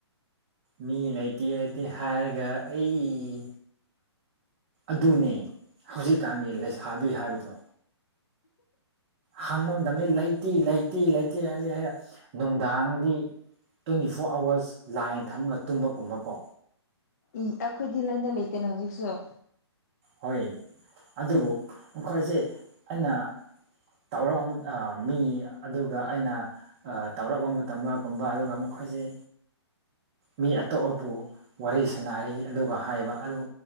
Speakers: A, on the right; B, on the left.
A: ꯃꯤ ꯂꯩꯇꯦ ꯂꯩꯇꯦ ꯍꯥꯏꯔꯒ ꯑꯩ ꯑꯗꯨꯅꯦ ꯍꯧꯖꯤꯛꯀꯥꯟꯒꯤ ꯂꯩꯁꯥꯕꯤ ꯍꯥꯏꯕꯗꯣ ꯍꯪꯕ ꯃꯇꯝꯗꯤ ꯂꯩꯇꯦ ꯂꯩꯇꯦ ꯂꯩꯇꯦ ꯍꯥꯏꯗꯤ ꯍꯩꯌꯥ ꯅꯨꯡꯗꯥꯡꯗꯤ ꯇ꯭ꯋꯦꯟꯇꯤ ꯐꯣꯔ ꯑꯋꯔꯁ ꯂꯥꯏꯟ ꯊꯝꯃꯒ ꯇꯨꯝꯕ ꯀꯨꯝꯕꯀꯣ
B: ꯏ ꯑꯩꯈꯣꯏꯗꯤ ꯂꯥꯏꯟꯗ ꯂꯩꯇꯦꯅ ꯍꯧꯖꯤꯛꯁꯨ
A: ꯍꯣꯏ ꯑꯗꯨꯕꯨ ꯃꯈꯣꯏꯁꯦ ꯑꯩꯅ ꯇꯧꯔꯛꯑꯅꯨ ꯑ ꯃꯤ ꯑꯗꯨꯒ ꯑꯩꯅ ꯇꯧꯔꯛꯑꯣ ꯇꯝ ꯃꯒꯨꯝꯕ ꯑꯗꯨꯒ ꯃꯈꯣꯏꯁꯤ ꯃꯤ ꯑꯇꯣꯞꯑꯄꯨ ꯋꯥꯔꯤ ꯁꯥꯟꯅꯔꯤ ꯑꯗꯨꯒ ꯍꯥꯏꯕ ꯑꯗꯨ